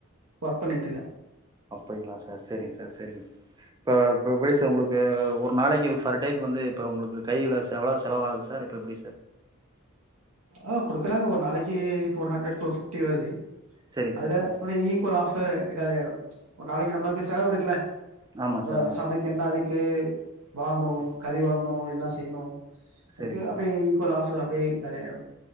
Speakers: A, on the right (about 85°); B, on the right (about 20°).
A: ஒர்க் பண்ணிட்டுருக்கேன்
B: அப்படிங்களா சார் சேரிங்க சார் சேரிங்க இப்ப இப்ப எப்படி சார் உங்களுக்கு ஒரு நாளைக்கு ஃபர் டேக்கு வந்து இப்ப உங்களுக்கு கையில செவ்வா செலவாகுது சார் இப்போ எப்படி சார்
A: ஆ கொடுக்கறாங்க ஒரு நாளைக்கு ஃபோர் ஹண்ட்ரட் ஃபோர் ஃபிப்டி வருது
B: சரிங்க
A: அதுல
B: சார் சரி
A: ஃபார் ஈ <unintelligible> ஆஃப்பு காலியாயிறு ஒரு நாளைக்கு நம்மளுக்கு செலவு இருக்குல
B: ஆமாம்
A: ப
B: சார் ஆமாம்
A: சமைக்கன்னா
B: சார்
A: அதுக்கு வாங்கணு
B: சரி
A: கறி வாங்கணு எல்லா செய்யணு அதுக்கு
B: சரிங்க
A: அப்படியே
B: சார்
A: ஈக்வல் ஆஃப் அப்படியே காலியாயிடு